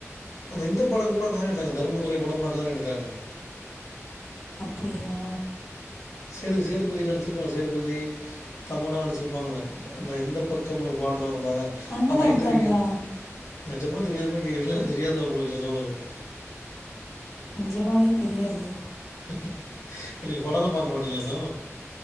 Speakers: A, on the left; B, on the left.
A: அந்த இந்த படங் கூட அங்கதான எடுத்தாங்க தர்மதுரை படங் கூட அங்கதான எடுத்தாங்க?
B: அப்டியா?
A: சேது சேதுபதி நடிச்சிருப்பா சேதுபதி தமன்னா நடிச்சிருப்பாங்கல்ல அந்த எந்தப் பக்கம்னு ஒரு பா த்தோன்னா ரொம்ப அத
B: அங்க
A: அந்த
B: தான்
A: ஐந்தருவி
B: எடுத்தாங்களா?
A: நெஜமா தெரியாத மாரி கேக்குறீங்களா இல்ல தெரியாதா உங்களுக்கு நெஜமாலுமே?
B: நெஜமாவே தெரியாது
A: இல்ல நீங்க படோல்லா பாக்க மாட்டீங்களா எது?